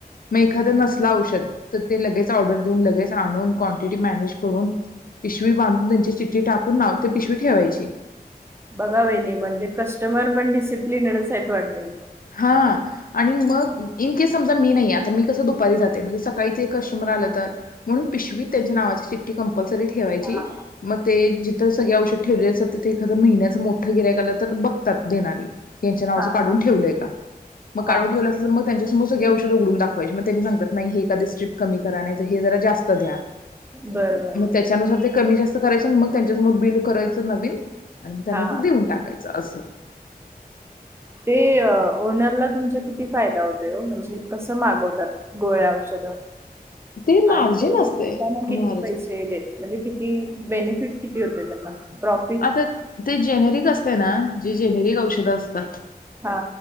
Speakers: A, on the left; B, on the right.
A: मग एखाद नसल औषध तर ते लगेच ऑर्डर देऊन लगेच आणून कॉन्टीटी मॅनेज करून पिशवी बांधून त्यांची चि्ठी टाकून पिशवी ठेवायची
B: बघाव वाहिनी म्हणजे कस्टमर पण डिसिप्लिनड च आहे वाटतय
A: हा आणि मग इन्केस समजा मी नाही आता मी कस दुपारी जाते म्हणजे सकाळी ते कस्टमर आले तर म्हणून पिशवी त्यांच्या नावाची चिठ्ठी कम्प्लसरी ठेवायची
B: हा
A: मग ते सगळे औषध ठेवले असतात तिथे एखादं महिन्यां मोठं गिराईक आलं तर बघतात देणारी त्यांच्या नावचं
B: हा
A: काढून
B: हा
A: ठेवलय का मग काढून
B: हा
A: ठेवलं असल तर त्याच्या समोर सगळी औषध उघडून दाखवायची मग त्यांनी सांगतात नाही ही एखादी स्क्रिप्ट कमी करा नाही हे जरा जास्त द्या.
B: बर बर
A: मग त्याच्यानुसार ते कमी जास्त करायच्या आणि मग त्यांच्यासमोर बिल करायचं नवीन आणि त्यांना
B: हा
A: ते
B: हा.
A: देऊन टाकायचं असं
B: ते ओनरला तुमच्या किती फायदा होतोय वो म्हणजे मागवतात गोळ्या औषध
A: ते मार्जिन
B: आणि ते
A: असते
B: त्याना
A: मार्जिन
B: किती पैसे देत म्हणजे किती बेनिफिट किती होते त्यांना प्रॉफिट
A: आता ते जेनेरिक असते ना जे जेनेरिक औषधं असते
B: हा